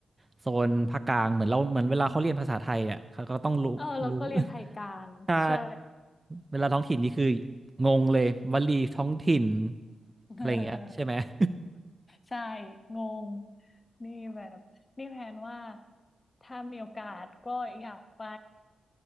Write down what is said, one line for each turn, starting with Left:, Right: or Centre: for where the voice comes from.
Right: โซนภาคกลางเหมือนเราเหมือนเวลาเขาเรียนภาษาไทยอ่ะเขาก็ต้องรู้รู้
Left: เออแล้วก็เรียนไทยกลางใช่
Right: <laughs> ใช่เวลาท้องถิ่นนี่คืองงเลยวลีท้องถิ่น
Left: <laughs>
Right: อะไรอย่างเงี้ยใช่ไหม <laughs>
Left: ใช่งงนี่แบบนี่แพลนว่าถ้ามีโอกาสก็อยากไป